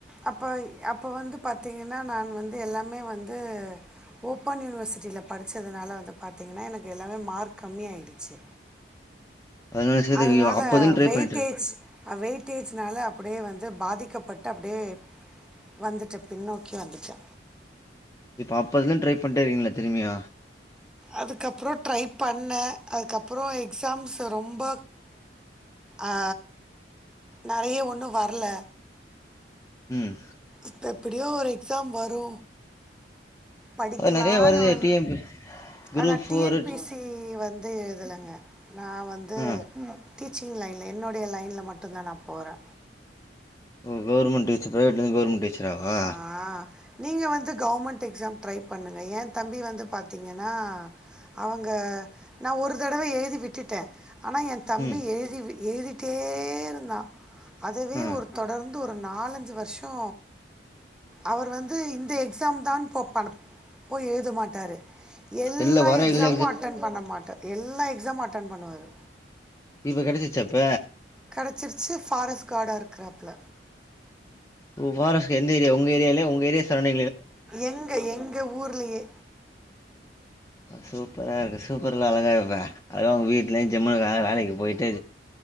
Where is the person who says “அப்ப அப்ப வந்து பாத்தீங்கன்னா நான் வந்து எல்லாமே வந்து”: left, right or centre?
Centre